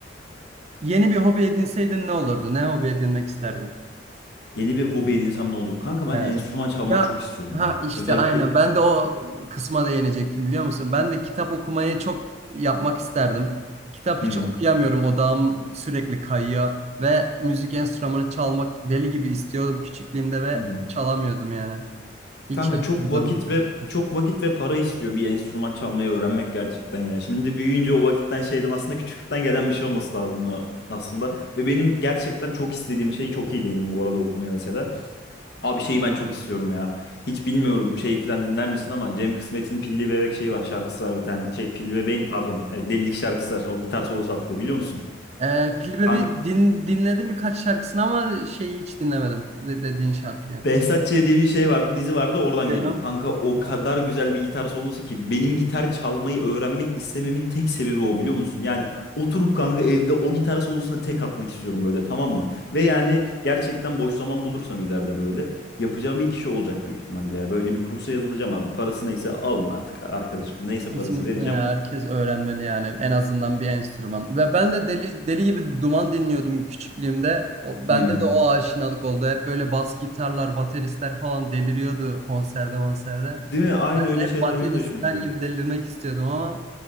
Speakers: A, on the right (about 35°); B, on the left (about 60°).
A: yeni bir hobi edinseydin ne olurdu? Ne hobi edinmek isterdin?
B: Yeni bir hobi edinsem ne olur? Kanka ben
A: Evet.
B: enstrüman çalmak
A: Ya
B: çok istiyorum
A: ha
B: ya.
A: işte
B: Özellikle
A: aynen. Ben de o kısma değinecektim biliyor musun? Ben de kitap okumayı çok yapmak isterdim. Kitap
B: Hı
A: hiç
B: hı.
A: okuyamıyorum. Odağım sürekli kayıyor ve müzik enstrümanı çalmak deli gibi istiyordum küçüklüğümde ve
B: Hı hı.
A: çalamıyordum yani. Hiç
B: Kanka
A: yatkınlığım
B: çok vakit
A: yok
B: ve
A: açıkçası.
B: çok vakit ve para istiyor bir enstrüman çalmayı öğrenmek gerçekten ya. Şimdi büyüyünce o vakitten şeyden aslında küçüklükten gelen bir şey olması lazım a- aslında. Ve benim gerçekten çok istediğim şey çok iyi değindim bu arada o konuya mesela. Abi şeyi ben çok istiyorum ya. Hiç bilmiyorum şey falan dinler misin ama Cem Kısmet'in Pilli Bebek şeyi var şarkısı var bir tane. Şey Pilli Bebeğin pardon e, Delilik şarkısı var. O gitar solosu attığı biliyor musun?
A: Ee, Pilli Bebek'i
B: Kan-
A: din, dinledim birkaç şarkısını ama şeyi hiç dinlemedim de- dediğin şarkıyı.
B: Behzat Ç. diye bir şey vardı, dizi vardı oradan
A: Diyorum.
B: geliyor. Kanka o
A: Ha.
B: kadar güzel bir gitar solosu ki benim gitar çalmayı öğrenmek istememin tek sebebi o biliyor musun? Yani oturup kanka evde o gitar solosuna tek atmak istiyorum böyle tamam mı? Ve yani gerçekten boş zaman bulursam ileride böyle yapacağım ilk şey olacak büyük ihtimalle ya. Böyle bir kursa yazılacağım abi. Parası neyse alın artık arkadaşım. Neyse parası
A: Kesinlikle
B: vereceğim.
A: ya, herkes öğrenmeli yani en azından bir enstrüman. Ve ben de deli deli gibi duman dinliyordum küçüklüğümde. O, bende
B: Hı hı.
A: de o aşinalık oldu. Hep böyle bas gitarlar, bateristler falan deliriyordu konserde konserde.
B: Değil mi? Aynı öyle
A: Hep
B: şeyler
A: bateristler
B: benim de hoşuma gidiyor.
A: gibi delirmek istiyordum ama